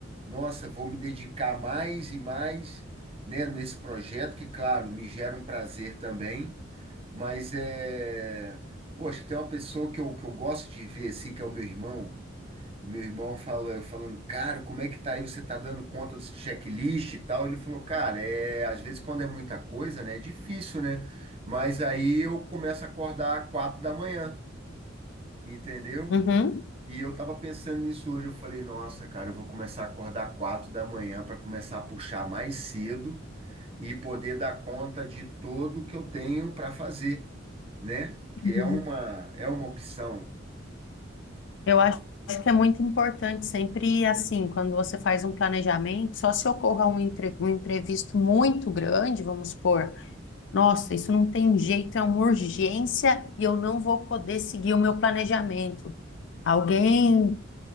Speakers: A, on the right; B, on the left.
A: nossa, vou me dedicar mais e mais, né, nesse projeto que, claro, me gera um prazer também, mas é, poxa, tem uma pessoa que eu, que eu gosto de ver assim, que é o meu irmão. O meu irmão fala, eu falando, cara, como é que tá aí? Você tá dando conta dos checklist e tal? Ele falou, cara, é, às vezes quando é muita coisa, né, é difícil, né? Mas aí eu começo a acordar às quatro da manhã, entendeu?
B: Uhum,
A: E eu tava pensando nisso hoje, eu falei, nossa, cara, eu vou começar a acordar quatro da manhã para começar a puxar mais cedo e poder dar conta de tudo que eu tenho para fazer, né? Que
B: uhum.
A: é uma é uma opção.
B: Eu acho que é muito importante sempre assim, quando você faz um planejamento, só se ocorra um, entre- um imprevisto muito grande, vamos supor, nossa, isso não tem jeito, é uma urgência e eu não vou poder seguir o meu planejamento. Alguém,